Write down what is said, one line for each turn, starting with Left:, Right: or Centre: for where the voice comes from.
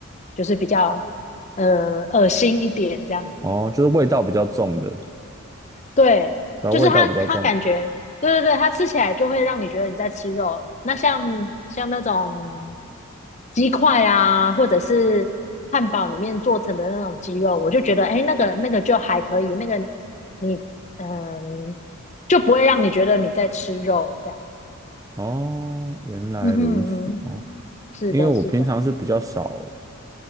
Left: 就是比较呃恶心一点这样子。
Right: 哦，就是味道比较重的，
Left: 对，
Right: 然后味道比较重。
Left: 就是他，他感觉，对对对，他吃起来就会让你觉得你在吃肉。那像像那种鸡块啊，或者是汉堡里面做成的那种鸡肉，我就觉得，哎，那个那个就还可以，那个你嗯，就不会让你觉得你在吃肉这样。
Right: 哦，原来如此。
Left: 嗯哼嗯哼，
Right: 哦，
Left: 是的，
Right: 因为我平常是比较少。
Left: 是的，